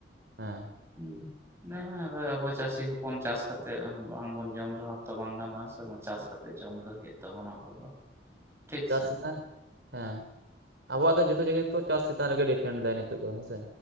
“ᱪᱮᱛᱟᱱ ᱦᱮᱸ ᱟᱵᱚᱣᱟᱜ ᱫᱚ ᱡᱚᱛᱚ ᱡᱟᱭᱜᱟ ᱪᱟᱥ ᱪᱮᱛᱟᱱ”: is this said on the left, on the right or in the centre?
Right